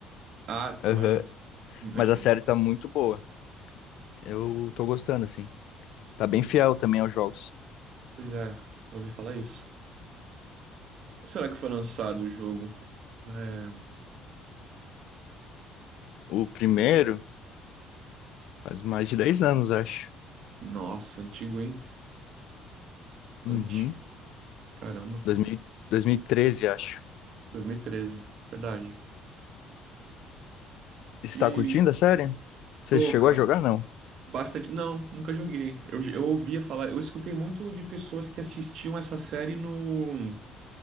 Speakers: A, on the right; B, on the left.
A: Ah,
B: Aham.
A: imagino. Imagino.
B: Mas a série tá muito boa. Eu tô gostando, assim. Tá bem fiel também aos jogos.
A: Pois é, eu ouvi falar isso. Será que foi lançado o jogo? É,
B: O primeiro faz mais de 10 anos, acho.
A: Nossa, antigo, hein? Antigo.
B: Uhum.
A: Caramba,
B: dois mil, dois mil e treze acho.
A: 2013. Verdade.
B: Está
A: E
B: curtindo a série? Você
A: tô,
B: chegou
A: cara,
B: a jogar? Não.
A: bastante. Não, nunca joguei. Eu, eu ouvia falar, eu escutei muito de pessoas que assistiam essa série no.